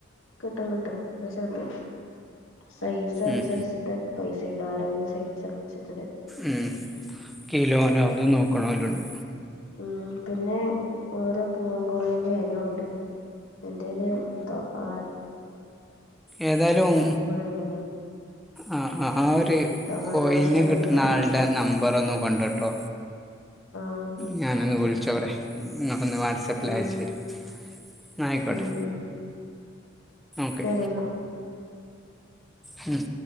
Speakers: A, on the left; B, in the centre.
A: കിട്ടും കിട്ടും പൈസ കിട്ടും സൈസ് അനുസരിച്ച്
B: ഉം
A: ട്ട് പൈസിട്ട് ആരോഗ്യ സ്ഥിതിച്ച്
B: ഉം കിലോനോ അതും നോക്കണോല്ലൊണ്ട്.
A: ഉം പിന്നെ ഓരോ പൂവം കോഴിന്റെ എനൊണ്ട് എന്റെല് തൊ അ
B: ഏതാലും
A: ഉണ്ടായിരുന്നു
B: അ ആ ഒര്
A: തമിഴ്നാടൻ
B: കോയിനെ
A: സ്റ്റൈലിത്തെ
B: കിട്ടണ ആൾടെ നമ്പറൊന്ന് കൊണ്ട്ട്ടോ
A: ആഹ്
B: ഞാനൊന്ന് വിളിച്ചോടെ നിങ്ങളൊന്ന് വാട്സാപ്പിൽ
A: ഉം
B: അയച്ചു തരി എന്നാ ആയിക്കോട്ടെ
A: ഉം ഉം
B: ഓക്കെ
A: ശരി എന്നാ
B: ഉം